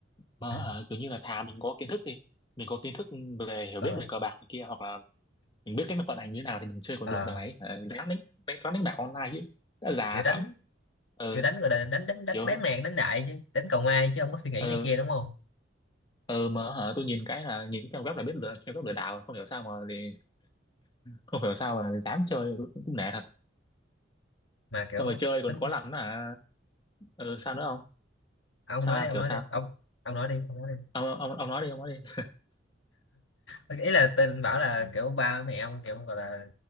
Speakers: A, on the left; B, on the left.
A: mà
B: ừ.
A: ờ, kiểu như là thà mình có kiến thức đi mình có kiến thức về hiểu
B: ờ,
A: biết về cờ bạc này kia hoặc là mình biết cách nó vận hành như thế nào thì mình chơi còn
B: ờ,
A: được đằng này ờ, dám đánh đánh sẵn đánh bạc online chứ đã già
B: kiểu đánh
A: sẵn ờ
B: kiểu đánh rồi đánh đánh đánh đánh
A: kiểu
B: bán mạng đánh đại chứ đánh cầu may chứ không có suy nghĩ
A: ờ
B: này kia đúng không
A: ờ mà hả tôi nhìn cái là nhìn cái trang web là biết lừa trang web lừa đảo rồi. không hiểu sao mà thì, không hiểu sao mà dám chơi cũng, cũng nể thật
B: mà
A: xong
B: kiểu
A: rồi chơi còn
B: tính
A: có làm nữa hả ờ sao nữa không
B: ông
A: sao
B: nói đi ông
A: kiểu
B: nói
A: sao
B: đi ông ông nói đi ông nói đi
A: ông ông ông nói đi ông nói đi
B: ý là tên anh bảo là kiểu ba mẹ ông kiểu gọi là